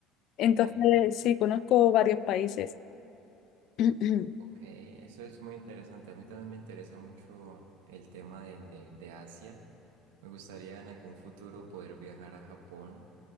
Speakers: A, on the left; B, on the right.
A: Entonces,
B: Sí,
A: sí, conozco varios países. <clears throat>
B: ok, eso es muy interesante. A mí también me interesa mucho el tema de, de, de Asia. Me gustaría en algún futuro poder viajar a Japón